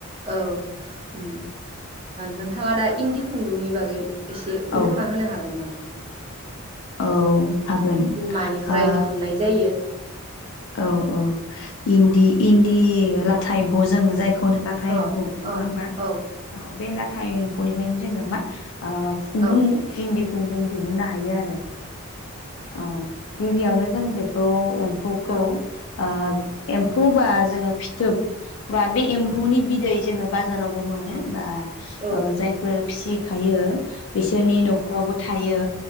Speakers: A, on the right; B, on the left.
A: औ ओ नोंथाङा दा इन्दि खुन्दुंनि बागै एसे बेखेवना
B: औ
A: होनो हागोन
B: औ हागोन
A: नामा मानिफ्राय
B: ओ
A: दिहुननाय जायो
B: औ औ इन्दि इन्दि लाथा एम्फौ जों जाय बेखौनो लाथा
A: अ
B: एम्फौ नङा
A: अ
B: होमबा
A: औ
B: औ बे लाथा एम फलिबायनो जोङो मा आ खुन्दुं
A: औ
B: दि खुन्दुं दिहुननो हायो आरो औ गिबियावनो जों बेखौ <unintelligible> खौ
A: औ
B: आ एम्फौ बा जोङो फ जोब बा बे एम्फौनि बिदै जोङो बाजारावबो मोनो
A: औ
B: बा ओ
A: औ
B: जायफोर फिसिखायो। बिसोरनि न'खरावबो था थायो।